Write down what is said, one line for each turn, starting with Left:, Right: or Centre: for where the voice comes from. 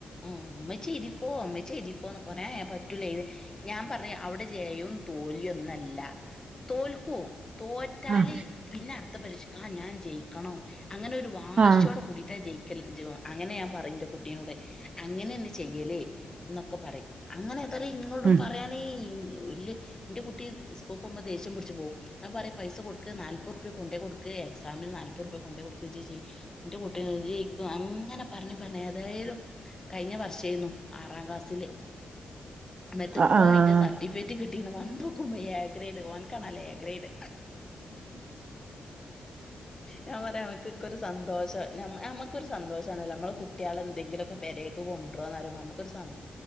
Left: ഉമച്ചി എതിക്കോ ഉമെച്ചി എതിക്കോന്ന് പോറ പറ്റൂല ഇത് ഞാൻ പറ അവിടെ ജയവും തോൽവിയും ഒന്നുമല്ല തോ ക്കും തോറ്റാല്
Right: ആഹ്
Left: പിന്നെ അടുത്തത് പരീക്ഷയ്ക്ക് ഞാൻ ജയിക്കണം അങ്ങനെ ഒരു വാശിയോടെ
Right: ആഹ്
Left: കൂടിട്ടാ ജയിക്കും. അങ്ങനെ ഞാൻ പറയുംൻ്റെ കുട്ടീനോട് അങ്ങനെന്നെ ചെയ്യലേ എന്നൊക്കെ പറയും അങ്ങനെ ഇാല ഇങ്ങോട്
Right: ഉം
Left: പറയാനേ വല് എന്റെ കുട്ടി സ്കൂൾ പോകുമ്പോ ദേഷ്യം പിടിച്ച് പോകും ഞാ പറയും പൈസ കൊടുക്ക് നാൽപത് റുപിയ കൊണ്ടേ കൊടുക്ക് എക്സാമന് നാൽപത്- നാല്പത് റുപിയ കൊണ്ടോയി കൊടുക്ക ചേച്ചി എന്റെ കുട്ടികയിക്കും ജയിക്കും അങ്ങനെ പറഞ്ഞപ്പോഴാണ് ഏതായാലും- കഴിഞ്ഞ വർഷയിരന്നു ആറാം ക്ലാസ്സില് എന്നിട്ട് ഇപ്പോൾ
Right: ആഹ്
Left: അതിന്റ സർട്ടിഫിക്കറ്റ് കിട്ട- ഇന്ന് വന്നോക്കും <unintelligible> ഗ്രേഡ്വാൻ കാണാലേ <unintelligible> ഗ്രേഡ് ഞാൻ പറയും അവർക്ക് ഒക്കെ ഒരു സന്തോഷം നമ്മക്കൊരു സന്തോഷം ഇതാണല്ലോ നമ്മളെ കുട്ടികള് എന്തെങ്കിലൊക്കെ പെരേക്ക് കൊണ്ടോരോ ന്നറിയുമ്പോ നമുക്ക് ഒരു -